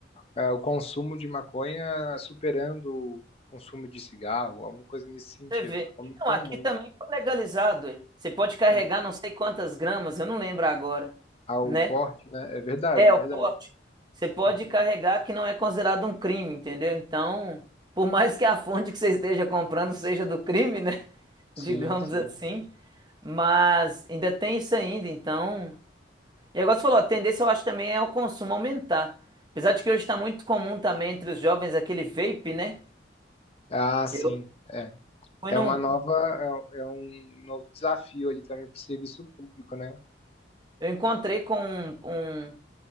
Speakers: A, on the left; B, on the right.
A: é, o consumo de maconha superando o consumo de cigarro, alguma coisa nesse sentido.
B: Você vê.
A: Aumentou
B: Não, aqui
A: muito.
B: também
A: né?
B: foi legalizado. ué. Você pode carregar
A: É,
B: não sei quantas gramas, eu não lembro agora,
A: ao
B: né?
A: porte, né? É verdade,
B: É,
A: é
B: o
A: verdade.
B: porte. Você pode
A: Uhum.
B: carregar que não é considerado um crime, entendeu? Então, por mais que a fonte que você esteja comprando seja do crime, né? <laughs>
A: Sim,
B: Digamos
A: sim.
B: assim. Mas ainda tem isso ainda, então. E agora você falou, a tendência eu acho também é o consumo aumentar. Apesar de que hoje está muito comum também entre os jovens aquele vape, né?
A: Ah, sim.
B: Eu
A: É,
B: fui
A: é
B: num,
A: uma nova, é, é um novo desafio ali também para o serviço público, né?
B: eu encontrei com um, um